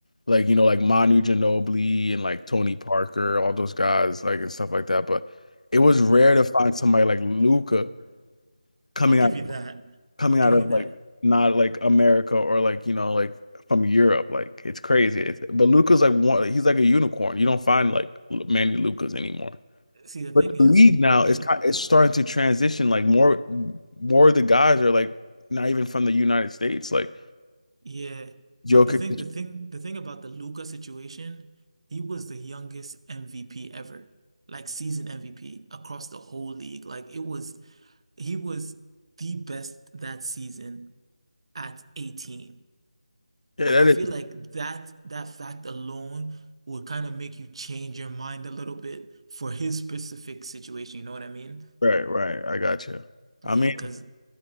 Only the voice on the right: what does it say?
I'll give
you that.
I'll give
you that.
See, the thing
is,
L-
Yeah, but
the thing, the thing, the thing about the Luca situation, he was the youngest MVP ever, like season MVP across the whole league. Like it was, he was the best that season at 18.
Like
I
feel like that that fact alone would kind of make you change your mind a little bit for his specific situation. You know what I mean?
Yeah,
because